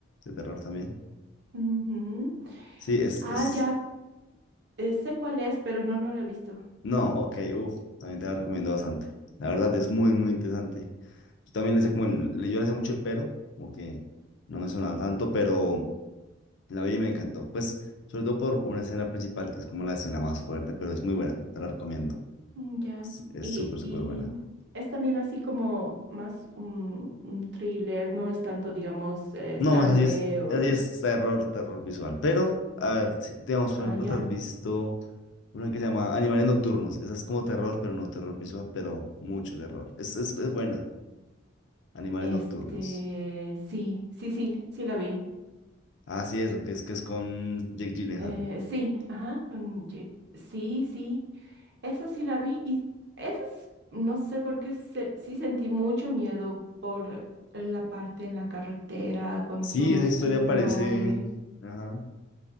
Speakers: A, on the left (about 60°); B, on the right (about 55°).
A: De terror también.
B: Ujú.
A: Sí, es,
B: Ah,
A: es...
B: ya, eh, sé cuál es, pero no, no la he visto.
A: No, ok, uff, también te la recomiendo bastante. La verdad es muy, muy interesante. Yo también le sé como el... le- Yo le sé mucho el pero, como que no me sonaba tanto, pero... La vi y me encantó. Pues, sobre todo por una escena principal que es como la escena más fuerte, pero es muy buena. Te la recomiendo.
B: Mm, Ya,
A: Es es
B: y,
A: súper, súper
B: y
A: buena.
B: es también así como más un, un thriller, no es tanto, digamos, eh,
A: No,
B: sangre
A: así es.
B: o...
A: Así es terror, terror visual. Pero, a ver, si- digamos, por
B: Ah,
A: ejemplo,
B: ya.
A: te has visto una que se llama Animales Nocturnos. Esa es como terror, pero no terror visual, pero mucho terror. Es, es, es buena. Animales
B: Este,
A: Nocturnos.
B: sí, sí, sí, sí la vi.
A: ah sí es, que es que es con Jake Gyllenhaal.
B: Eh, sí, ajá, con Jake- Sí, sí, esa sí la vi y esa es- no sé por qué se- sí sentí mucho miedo por la parte en la carretera, cuando
A: Sí,
B: es todo
A: esa
B: oscuro
A: historia parece.
B: y...
A: Ajá.